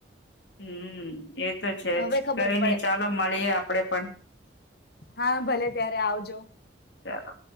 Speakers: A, on the left; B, on the left.
A: હમ એતો છે
B: હવે
A: જ
B: ખબર
A: કઈ નહી
B: પડે
A: ચાલો મળીએ આપ આપડે પણ
B: હા ભલે ત્યારે આવજો
A: ચાલો.